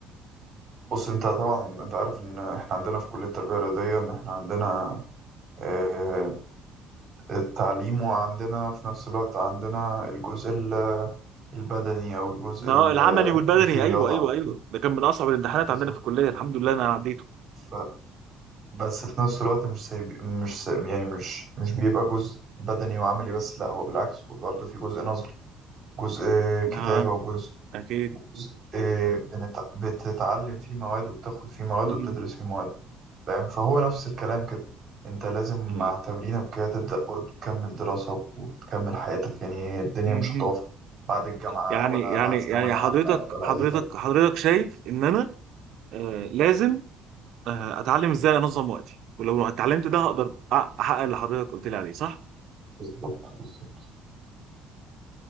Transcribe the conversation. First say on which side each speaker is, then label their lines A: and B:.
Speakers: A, on the right; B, on the right.
A: بص انت طبعا انت عارف ان احنا عندنا في كلية التربية الرياضية ان احنا عندنا آه، التعليم وعندنا في نفس الوقت عندنا الجزء ال- البدني او الجزء
B: اه
A: ال-
B: العملي والبدني
A: اللي فيه رياضة
B: ايوه ايوه
A: عموما
B: ايوه ده كان من اصعب الامتحانات
A: بالظبط
B: عندنا في الكلية الحمد لله إن انا عديته
A: ف- بس في نفس الوقت مش سايب مش سايب يعني مش مش بيبقى جزء بدني وعملي بس لا هو بالعكس هو برضه في جزء نظري جزء كتابة
B: اه
A: وجزء
B: اكيد
A: جزء بنت- بتتعلم فيه مواد وبتاخد فيه مواد
B: مهم.
A: وبتدرس فيه مواد فاهم فهو نفس الكلام كده انت لازم
B: طيب.
A: مع تمرينك وكده تبدأ برضه تكمل دراسة وتكمل حياتك يعني الدنيا
B: مهم.
A: مش هتقف بعد الجامعة
B: يعني
A: ولا
B: يعني
A: بعد ثانوية
B: يعني حضرتك
A: عامة ولا
B: حضرتك
A: أي حاجة
B: حضرتك شايف ان انا آه لازم آه اتعلم ازاي انظم وقتي ولو اتعلمت ده هقدر أ- احقق اللي حضرتك قلت لي عليه صح؟
A: بالظبط بالظبط